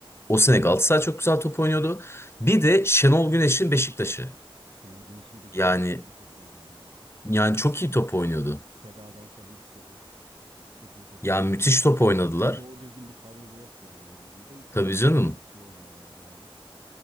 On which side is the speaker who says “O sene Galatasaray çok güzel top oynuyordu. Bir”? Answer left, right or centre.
Left